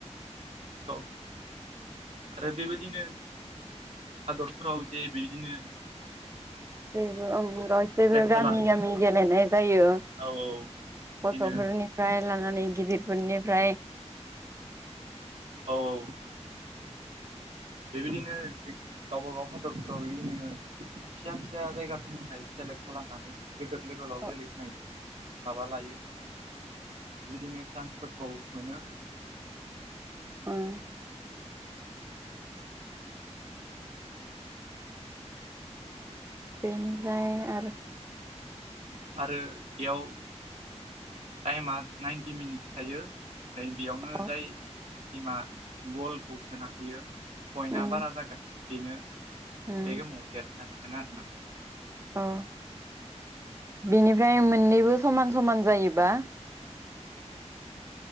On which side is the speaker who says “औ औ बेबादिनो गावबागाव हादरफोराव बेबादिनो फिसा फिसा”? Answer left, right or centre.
Right